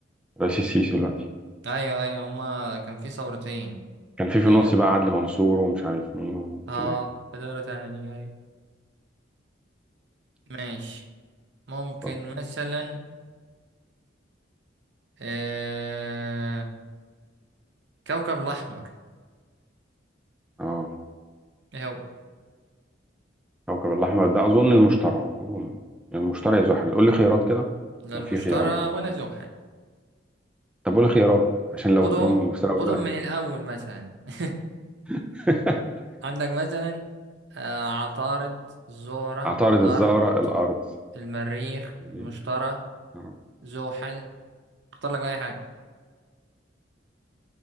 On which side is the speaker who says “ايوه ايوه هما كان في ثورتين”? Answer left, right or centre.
Right